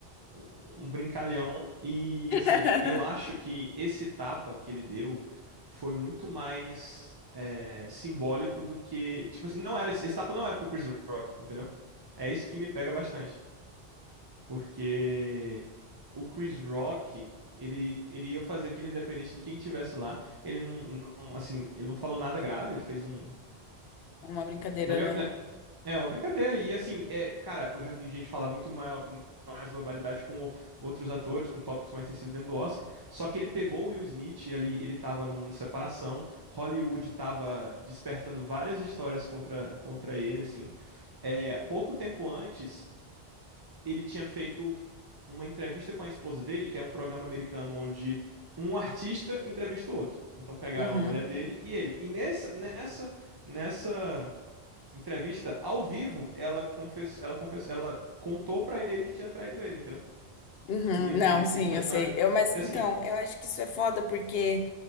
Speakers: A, on the right; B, on the left.
A: um um brincalhão. E,
B: <laughs>
A: assim, eu acho que esse tapa que ele deu foi muito mais é, simbólico do que. Tipo assim, não era, esse tapa não era pro Chris Rock, entendeu? É isso que me pega bastante. Porque o Chris Rock, ele, ele ia fazer aquilo independente de quem tivesse lá. Ele não, não, assim, ele não falou nada grave, ele fez um,
B: É Uma brincadeira,
A: Na minha,
B: né?
A: na- é uma brincadeira. E assim, é, cara, eu já vi gente falar muito maior- mais barbaridade com o- outros atores, com tópicos mais sensíveis dentro do Oscar. Só que ele pegou o Will Smith, ele, ele tava numa separação, Hollywood tava despertando várias histórias contra, contra ele, assim. É, pouco tempo antes, ele tinha feito uma entrevista com a esposa dele, que é um programa americano onde um artista entrevista o outro. Então pegaram
B: Uhum,
A: a mulher dele e ele. E nessa, nessa, nessa entrevista ao vivo, ela confessou, ela confess... ela contou pra ele que tinha traído ele, entendeu?
B: uhum.
A: E eles,
B: Não,
A: eles
B: sim,
A: continuaram
B: eu sei.
A: junto.
B: Eu, mas
A: E
B: então,
A: assim,
B: eu acho que isso é foda porque